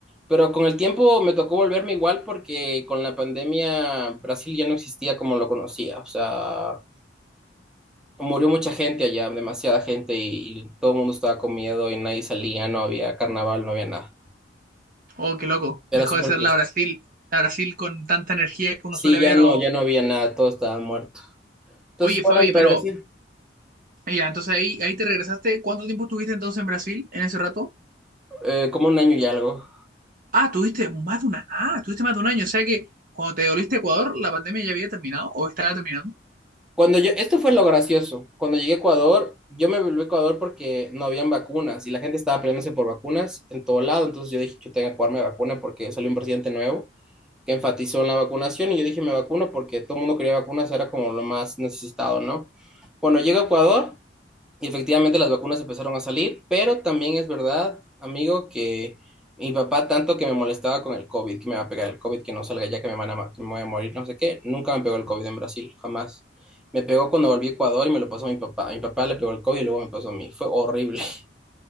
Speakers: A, in the centre; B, on the right.
A: Pero con el tiempo me tocó volverme igual porque con la pandemia Brasil ya no existía como lo conocía, o sea, murió mucha gente allá, demasiada gente, y, y todo el mundo estaba con miedo y nadie salía, no había carnaval, no había nada.
B: Oh, qué loco. Dejó
A: Era súper
B: de ser
A: triste.
B: la Brasil, la Brasil con tanta energía que uno
A: Sí,
B: suele ver.
A: ya no,
B: O...
A: ya no había nada, todo estaba muerto. Entonces,
B: Oye,
A: bueno,
B: Fabi,
A: me
B: pero
A: regresé,
B: Y ya, entonces ahí, ahí te regresaste. ¿Cuánto tiempo estuviste entonces en Brasil en ese rato?
A: eh, como un año y algo.
B: Ah, tuviste más de una, ah, tuviste más de un año. O sea que cuando te devolviste a Ecuador, la pandemia ya había terminado o estaba terminando.
A: Cuando yo, esto fue lo gracioso. Cuando llegué a Ecuador, yo me volví a Ecuador porque no habían vacunas y la gente estaba peleándose por vacunas en todo lado. Entonces yo dije, yo tengo que jugarme vacuna porque salió un presidente nuevo que enfatizó en la vacunación y yo dije, me vacuno porque todo el mundo quería vacunas, era como lo más necesitado, ¿no? Bueno, llego a Ecuador Y efectivamente las vacunas empezaron a salir, pero también es verdad, amigo, que mi papá tanto que me molestaba con el COVID, que me va a pegar el COVID, que no salga ya, que me van a, ma- que me voy a morir, no sé qué, nunca me pegó el COVID en Brasil, jamás. Me pegó cuando volví a Ecuador y me lo pasó a mi papá. A mi papá le pegó el COVID y luego me pasó a mí. Fue horrible. <laughs>